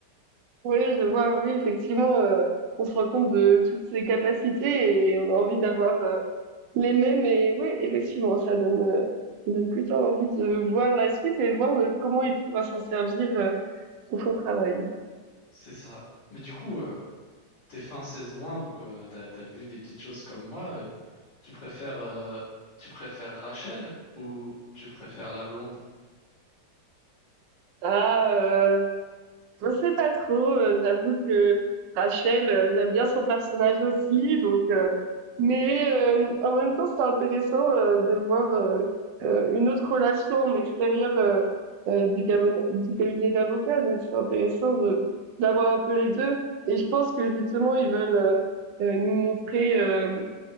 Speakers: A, on the right; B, on the left.
A: Oui, je vois, oui, effectivement, euh, on se rend compte de toutes ses capacités et on a envie d'avoir euh, les mêmes. Et oui, effectivement, ça donne, euh, ça donne plutôt envie de voir la suite et de voir de comment il pourra s'en servir euh, pour son travail.
B: C'est ça. Mais du coup, euh, t'es fin saison 1, donc euh, t'as, t'as vu des petites choses comme moi. euh, tu préfères, euh, tu préfères Rachel ou tu préfères la blonde?
A: Ah, euh, Je sais pas trop, heu, j'avoue que Rachel, heu, j'aime bien son personnage aussi, donc heu, mais hem, en même temps, c'est intéressant, heu, de voir, heu heu, une autre relation en extérieur, heu heu, du cabone du cabinet d'avocats, donc c'est intéressant de d'avoir un peu les 2 et je pense que justement ils veulent, heu heu, nous montrer, hem,